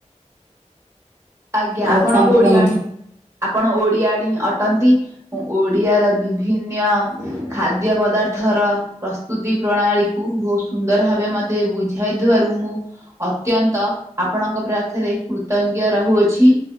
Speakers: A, on the right; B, on the right.
A: ଆଜ୍ଞା
B: ଆଉ
A: ଆପଣ
B: କଣ
A: ଓଡିଆଣୀ,
B: କୁହନ୍ତୁ
A: ଆପଣ ଓଡିଆଣୀ ଅଟନ୍ତି। ମୁଁ ଓଡ଼ିଆର ବିଭିନ୍ୟ ଖାଦ୍ୟ ପଦାର୍ଥର ପ୍ରସ୍ତୁତି ପ୍ରଣାଳୀ କୁ ବହୁତ ସୁନ୍ଦର ଭାବେ ମୋତେ ବୁଝାଇଥିବାରୁ। ମୁଁ ଅତ୍ୟନ୍ତ ଆପଣଙ୍କ ପାଖରେ କୃତଜ୍ଞ ରହୁଅ ଛି,